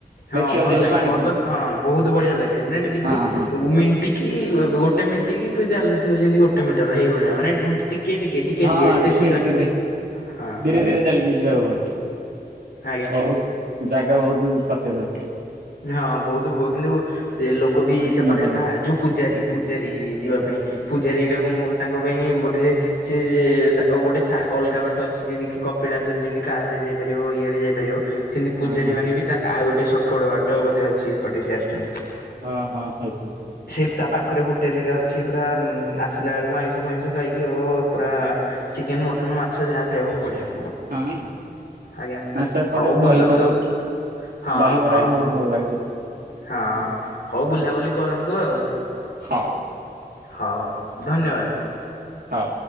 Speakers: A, on the left; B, on the right.
A: ହଁ
B: ଦେଖିବ
A: ଭଲ
B: ସେଇଠି
A: ଲାଗେ
B: ପାଣି
A: ଭଲ
B: ଫାଣି
A: ତ ହଁ ବହୁତ୍ ବଢିଆ ଲାଗେ ମାନେ ଟିକେ ଟିକେ
B: ହଁ ହଁ।
A: <unintelligible> ଟିକିଏ ଗୋଟେ ମିଣ୍ଟି କି ଫିର ଚାଲୁଥିବ ଯେମିତି ଗୋଟେ ମିଟର ହେଇ ଭଳିଆ ମାନେ <unintelligible> ଟିକେ -ଟିକେ -ଟିକେ- ଟିକେ
B: ହଁ
A: ଏତେ ଖୁନ୍ଦା
B: ଟିକେ
A: ହଁ।
B: ଧୀରେ ଧୀରେ ଚାଲିକି ଯିବାକୁ ପଡେ
A: ଆଜ୍ଞା।
B: ବହୁତୁ ଜାଗା ବହୁତୁ ସଟେଜ ଅଛି।
A: ହଁ ବହୁତୁ ବୁଗିଲୁ ସେ ଲୋକ ବି
B: ସଂକୀର୍ଣ୍ଣ
A: ସେପଟେ
B: ଜାଗା
A: ତା ଯଉ ପୂଜାରୀ ପୂଜାରୀ ଯିବା ପାଇଁ ପୂଜାରୀର ପ ତାଙ୍କ ପାଇଁ ବୋଧେ। ସିଏ ତା ଗୋଟେ ଅଲଗା ବାଟ ଅଛି ଜିନ୍ଦି କି କପିଳାସରେ ଯେମିତି କାର୍ ରେ ଯାଇପାରିବ ଇଏ ରେ ଯାଇପାରିବ। ସେମିତି ପୂଜାରୀ
B: ହଁ ହଁ
A: ମାନେ ବି ତା ଆଉ ଗୋଟେ ସଟ୍ କଟ୍ ବାଟ ବୋଧେ ଅଛି ଏପଟେ ସେ ଆସୁଚନ୍।
B: ହଁ -ହଁ ହେଇଥିବ।
A: ସେ ତା ପାଖରେ ହୋଟେଲେ ହେକା ଅଛି ପୁରା ଆସିଲା ବେଳକୁ ଆଇଁଷ ଫାଇଁଷ ଖାଇକି ଓ ପୁରା ଚିକେନ୍, ମଟନ୍, ମାଛ ଯାହା ଖାଇବ ବଢ଼ିଆ।
B: ହଁ
A: ଆଜ୍ଞା
B: ଆ ସେପଟେ
A: ହଉ ବୁଲନ୍ତୁ
B: ଦହିବରା।
A: ହଁ
B: ଦହିିବରା
A: ହଁ
B: ବି ବହୁତ୍ ଭଲ ଲାଗେ ସେ
A: ହଁ ହଉ ବୁଲାବୁଲି କରନ୍ତୁ ଆଉ।
B: ହଉ।
A: ହଉ ଧନ୍ୟବାଦ।
B: ହଉ।